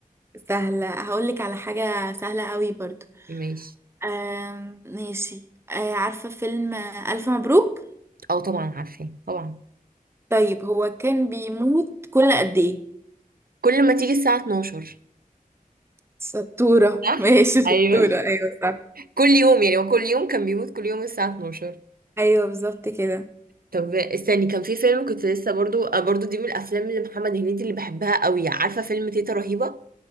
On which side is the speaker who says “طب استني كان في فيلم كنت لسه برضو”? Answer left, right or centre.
Right